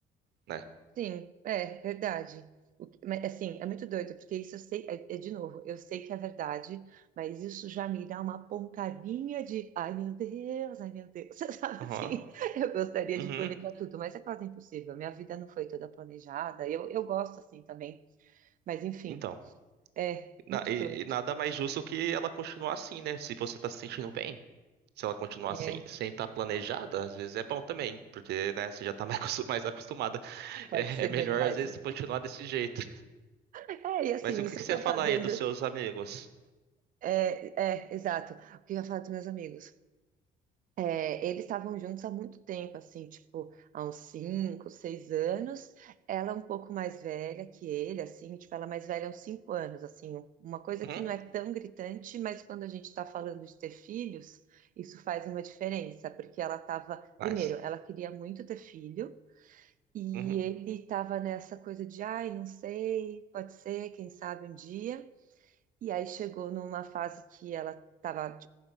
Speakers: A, on the right (about 75°); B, on the right (about 50°).
A: né?
B: Sim, é verdade. O que- mas, assim, é muito doido, porque isso eu sei, é, é de novo, eu sei que é verdade, mas isso já me dá uma pontadinha de, ai meu Deus, ai meu Deus, <laughs> sabe
A: Aham.
B: assim? Eu gostaria
A: Uhum.
B: de planejar tudo, mas é quase impossível. Minha vida não foi toda planejada. Eu, eu gosto assim também, mas enfim,
A: Então.
B: é
A: Na-
B: muito
A: e,
B: doido.
A: e nada mais justo que ela continuar assim, né? Se você tá se sentindo bem, se ela continuar
B: É,
A: sem sem estar planejada, às vezes é bom também, porque, né, você já tá <laughs> mais acos- mais acostumada.
B: pode
A: É,
B: ser
A: é melhor,
B: verdade.
A: às vezes, continuar desse jeito.
B: É, e assim,
A: Mas o
B: isso
A: que que
B: eu
A: você
B: tô
A: fala
B: fazendo.
A: aí dos seus amigos?
B: É, é, exato. O que eu ia falar dos meus amigos? É, eles estavam juntos há muito tempo, assim, tipo, há uns cinco, seis anos. Ela é um pouco mais velha que ele, assim, tipo, ela é mais velha uns cinco anos, assim, um- uma coisa
A: Uhum,
B: que não é tão gritante, mas quando a gente está falando de ter filhos, isso faz uma diferença, porque ela estava,
A: faz.
B: primeiro, ela queria muito ter filho, e
A: Uhum,
B: ele estava nessa coisa de, ai, não sei, pode ser, quem sabe um dia. E aí chegou numa fase que ela estava.